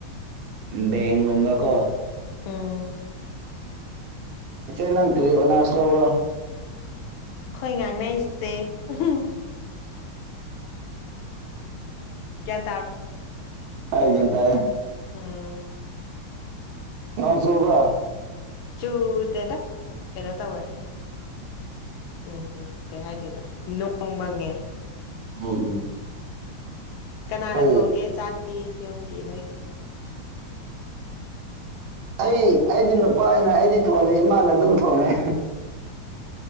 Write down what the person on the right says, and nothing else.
ꯕꯦꯡꯒꯨꯝꯕ ꯀꯣ
ꯏꯆꯦ ꯅꯪ ꯀꯔꯤ ꯑꯣꯅꯔꯁ ꯂꯧꯕ꯭ꯔꯣ
ꯍꯣꯏ ꯒ꯭ꯌꯥꯟ ꯇꯥꯏ
ꯅꯣꯡ ꯆꯨꯕ꯭ꯔ
ꯎꯝ ꯎꯝ
ꯍꯣꯏ
ꯑꯩ ꯑꯩꯗꯤ ꯅꯨꯄꯥꯅ ꯑꯩꯗꯤ ꯊꯣꯡꯗꯦ ꯏꯃꯥꯅ ꯑꯗꯨꯝ ꯊꯣꯡꯉꯦ